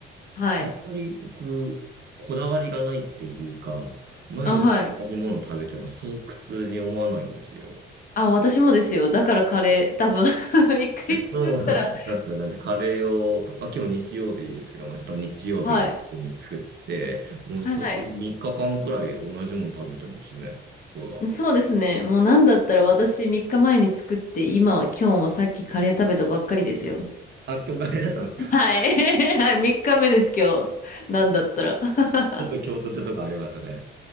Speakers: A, on the left; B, on the right.
A: はい。
B: あんまり僕、こだわりがないっていうか、毎日同じものを食べてもそう苦痛に思わないんですよ。
A: あ、はい。あ、私もですよ。だからカレー、多分 <laughs> 一回作ったら、
B: うんなんで、<laughs> なんでカレーを、まあ今日日曜日ですけど、まあちょっと日曜日に作って、
A: はい。
B: もうそれを3日間くらい同じもの食べてますね、
A: はい。
B: 僕は。
A: そうですね。もうなんだったら私3日前に作って、今は今日もさっきカレー食べたばっかりですよ。
B: あ、今日カレーだったんですか
A: はい。<laughs> はい、3日目です今日。なんだったら。<laughs>
B: ちょっと共通性とかありますよね。